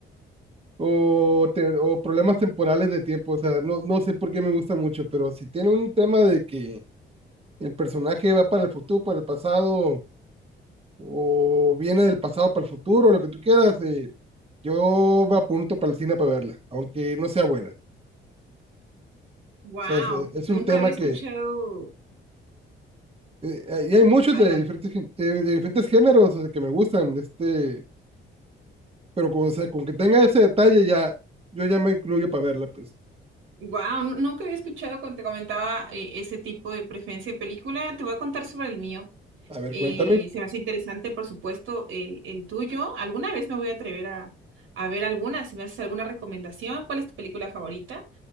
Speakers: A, on the right; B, on the right.
A: o, te- o problemas temporales de tiempo. O sea, no, no sé por qué me gusta mucho, pero si tiene un tema de que el personaje va para el futuro, para el pasado, o viene del pasado para el futuro, lo que tú quieras, eh, yo me apunto para el cine para verla, aunque no sea buena. O
B: Wow,
A: sea, es, eh, es
B: nunca
A: un tema
B: había escuchado,
A: que, eh, y hay muchos
B: adelante.
A: de diferentes, gen- de, de diferentes géneros o sea, que me gustan, este, pero con, o sea, con que tenga ese detalle ya, yo ya me incluyo para verla, pues.
B: Wow, nunca había escuchado cuando te comentaba eh, ese tipo de preferencia de película. Te voy a contar sobre el mío.
A: A ver,
B: Eh,
A: cuéntame,
B: se me hace interesante, por supuesto, el, el tuyo. Alguna vez me voy a atrever a, a ver alguna, si me haces alguna recomendación. ¿Cuál es tu película favorita?